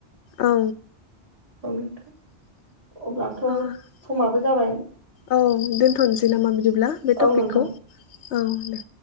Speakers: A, on the left (about 75°); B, on the right (about 30°).
A: औ
B: <inaudible> अब्लाथ'
A: औ
B: समाबो जाबाय।
A: औ दोनथ'नोसै नामा? बिदिब्ला बे टपिकखौ
B: औ नोंथां
A: औ दे।